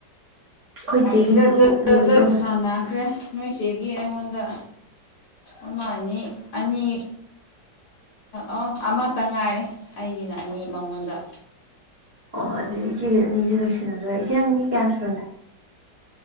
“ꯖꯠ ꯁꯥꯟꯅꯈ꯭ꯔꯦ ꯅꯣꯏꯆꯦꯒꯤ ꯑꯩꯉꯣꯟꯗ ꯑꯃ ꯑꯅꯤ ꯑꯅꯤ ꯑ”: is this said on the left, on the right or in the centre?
Left